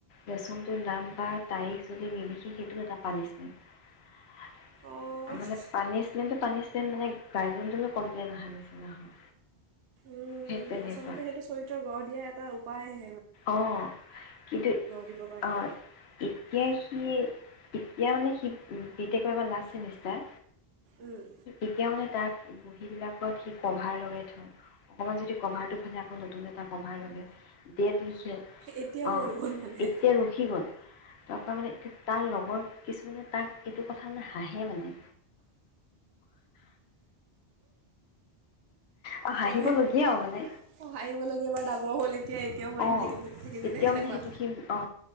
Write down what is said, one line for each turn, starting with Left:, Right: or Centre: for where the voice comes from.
Left: লেছনটো নাম বা তাৰিখ যদি নিলিখি সেইটো এটা পানিছমেণ্ট।
Right: অঁ
Left: মানে পানিচমেণ্ট পানি মানে তাইবে কমপ্লেইন অহাৰ নিচিনা হয়।
Right: উম
Left: সেই তেনেকুৱা
Right: আচলতে সেইটো চৰিত্ৰ গঢ় দিয়া এটা উপায়।
Left: অ কিন্তু
Right: দিবৰ কাৰণে
Left: অঁ এতি স এতিয়া মানে সি বি টেকৰ মানে লাচ্ছত চেমিষ্টাৰ।
Right: উম,
Left: এতিয়া মানে তাক বহী বিলাকত সি কভাৰ লগাই থওঁ অকণমান যদি কভাৰটো ফালে আকৌ নতুন এটা সভাৰ বাবে ডেট লিখে
Right: এতিয়াও
Left: অঁ
Right: ৰৈ গ'ল মানে
Left: এতিয়া ৰখি গ'ল। <unintelligible> তাৰ লগৰ কিছুমানে তাক এইটো কথা লৈ হাঁহে মানে। আৰু হাঁহিবলগীয়াও
Right: অ-অ
Left: মানে
Right: হাঁহিবলগীয়া ডাঙৰ হ'ল এতিয়া এতিয়াও মানি
Left: অ
Right: থাকিব থাকি পিনে
Left: এতিয়াও
Right: এনেকুৱা
Left: মানে সেইটো স অ